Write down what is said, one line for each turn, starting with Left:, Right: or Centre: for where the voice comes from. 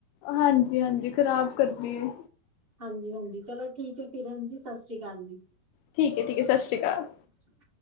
Left: ਹਾਂਜੀ-ਹਾਂਜੀ ਖ਼ਰਾਬ ਕਰਦੀ ਏ।
Right: ਹਾਂਜੀ-ਹਾਂਜੀ ਚਲੋ ਠੀਕ ਐ ਫਿਰ ਹਾਂਜੀ ਸਸ ਰੀ ਕਾਲ ਜੀ।
Left: ਠੀਕ ਐ-ਠੀਕ ਐ ਸਸ ਰੀ ਕਾਲ।
Right: <inaudible>